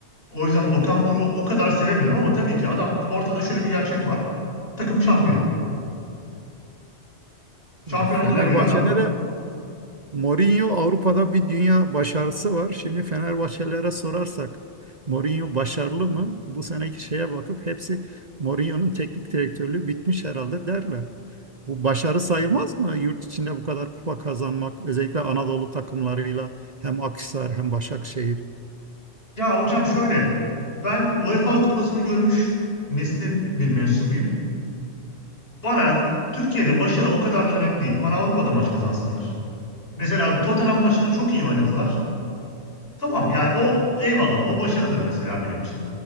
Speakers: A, on the left; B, on the right.
A: O yüzden Okan Buruk'u o kadar sevemiyorum ama tabii ki adam ortada şöyle bir gerçek var. Takım şampiyon. Şampiyon
B: E, Fenerbahçe'de
A: olduğuna göre adam
B: de Mourinho Avrupa'da bir dünya başarısı var. Şimdi Fenerbahçelilere sorarsak Mourinho başarılı mı? Bu seneki şeye bakıp hepsi Mourinho'nun teknik direktörlüğü bitmiş herhalde derler. Bu başarı sayılmaz mı? Yurt içinde bu kadar kupa kazanmak, özellikle Anadolu takımlarıyla hem Akhisar hem Başakşehir.
A: ya hocam şöyle ben UEFA kupasını görmüş neslin bir mensubuyum. Bana Türkiye'de başarı o kadar da önemli değil. Bana Avrupa'da maç kazansınlar. Mesela Tottenham maçını çok iyi oynadılar. Tamam yani o eyvallah o başarıdır mesela benim için.